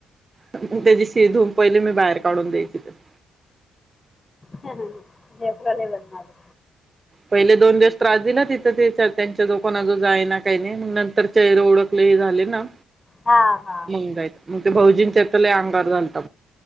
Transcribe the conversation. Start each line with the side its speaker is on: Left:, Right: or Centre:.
Right: मग त्याची शि धूूवून पहिले मी बाहेर काढून द्यायची त्याला
Left: हम् लेवल मागे
Right: पहिले दोन दिवस त्रास दिला तिथं त्यांच्या जवळ कोण जाईना काही नाही. तर चेहरे ओळखले ही झाले ना
Left: हां हां.
Right: मग जाईल. मग ते भाऊजीच्या तेे लय अंगावर जालता